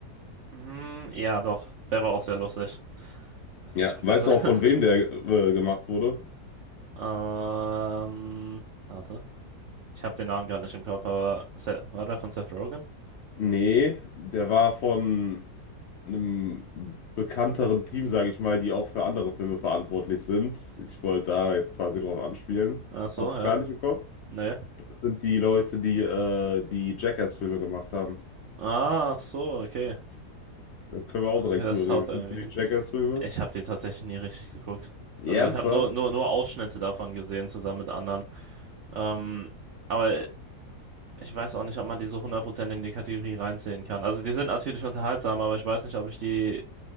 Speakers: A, on the right (about 65°); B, on the left (about 75°).
A: mm, ja, doch. Der war auch sehr lustig.
B: Ja,
A: Ich habe
B: weißt
A: den.
B: du auch von
A: <laughs>
B: wem der äh, gemacht wurde?
A: Ähm, warte. Ich habe den Namen gerade nicht im Kopf, aber Se war der von Seth Rogen?
B: Nee, der war von einem bekannteren Team, sage ich mal, die auch für andere Filme verantwortlich sind. Ich wollte da jetzt quasi drauf anspielen.
A: Ach so,
B: Hast du
A: ja.
B: es gar nicht im Kopf?
A: Nee.
B: Das sind die Leute, die äh, die Jackass-Filme gemacht haben.
A: Ah, so, okay.
B: Da können wir auch
A: Okay,
B: direkt
A: das
B: drüber reden.
A: haut
B: Wie
A: irgendwie
B: findest du die
A: hin.
B: Jackass-Filme?
A: Ich habe den tatsächlich nie richtig geguckt.
B: Ernsthaft?
A: Also ich habe nur, nur, nur Ausschnitte davon gesehen, zusammen mit anderen. Ähm, aber Ich weiß auch nicht, ob man die so hundert Prozent in die Kategorie reinzählen kann. Also die sind natürlich unterhaltsam, aber ich weiß nicht, ob ich die